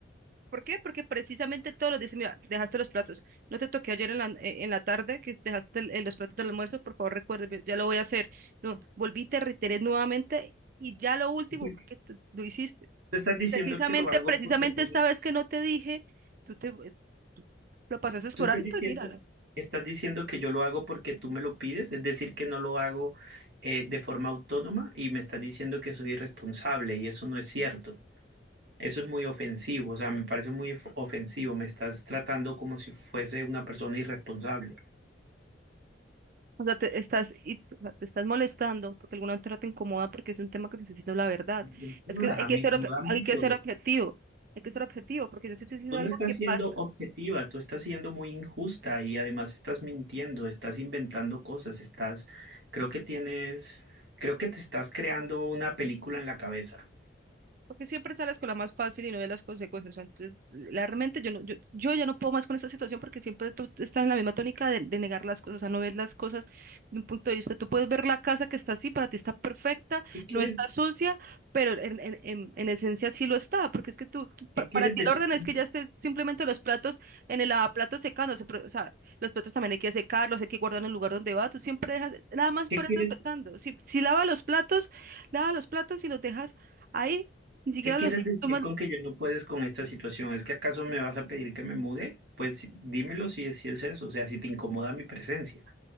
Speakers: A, on the right; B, on the right.
A: ¿Por qué? Porque precisamente todos los días, mira, dejaste los platos. No te toqué ayer en la, eh, en la tarde que dejaste el- eh, los platos del almuerzo, por favor recuerde, ya lo voy a hacer. No, volví, te reiteré nuevamente y ya lo último,
B: tú
A: porque tú lo hiciste.
B: tú estás diciendo
A: Precisamente,
B: que lo hago
A: precisamente
B: porque tú
A: esta
B: me-
A: vez que no te dije, tú te eh, tú lo pasaste
B: Tú
A: por
B: estás
A: alto
B: diciendo,
A: y mira. ¿no?
B: estás diciendo que yo lo hago porque tú me lo pides. Es decir, que no lo hago eh, de forma autónoma y me estás diciendo que soy irresponsable y eso no es cierto. Eso es muy ofensivo, o sea, me parece muy of- ofensivo, me estás tratando como si fuese una persona irresponsable.
A: O sea, te estás, y- o sea, te estás molestando porque alguna otra te incomoda porque es un tema que se necesita la verdad.
B: No jodas,
A: Es que hay que
B: me incomoda
A: ser, ob-
B: mucho.
A: hay que ser objetivo, hay que ser objetivo porque yo te estoy diciendo
B: Tú
A: algo
B: no estás
A: que
B: siendo
A: pasa.
B: objetiva, tú estás siendo muy injusta y además estás mintiendo, estás inventando cosas, estás, creo que tienes, creo que te estás creando una película en la cabeza.
A: Porque siempre sales con la más fácil y no ves las consecuencias. Entonces, la- realmente yo, no, yo, yo ya no puedo más con esta situación porque siempre tú estás en la misma tónica de, de negar las cosas, o sea, no ves las cosas de un punto de vista. Tú puedes ver la casa que está así, para ti está perfecta,
B: ¿Qué quieres,
A: no está sucia, pero en, en, en, en esencia sí lo está, porque es que tú, tú- pa-
B: qué quieres
A: para ti
B: decir?
A: el orden
B: con
A: es que
B: que-
A: ya esté simplemente los platos en el lavaplatos secándose, pero, o sea, los platos también hay que secarlos, hay que guardar en el lugar donde va, tú siempre dejas, nada más
B: ¿Qué,
A: por
B: quieres
A: eso empezando. Si, si lava los platos, lava los platos y los dejas ahí ni siquiera
B: ¿Qué quieres
A: los
B: decir
A: toman
B: con que ya no puedes con esta situación? ¿Es que acaso me vas a pedir que me mude? Pues sí, dímelo si es, si es eso, o sea, si te incomoda mi presencia.